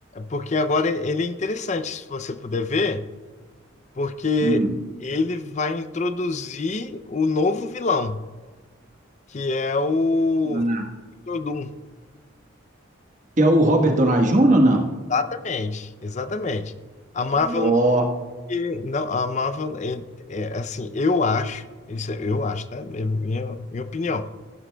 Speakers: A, on the left; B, on the right.
A: Porque agora ele é interessante, se você puder ver, porque
B: Hum.
A: ele vai introduzir o novo vilão. que é o
B: Ah.
A: Victor Doom.
B: Que é o Robert Downey Jr. ou não?
A: Exatamente, exatamente. A Marvel
B: Ó.
A: não, não, a Marvel é, é, assim, eu acho, isso é- eu acho, tá? É minha, minha opinião,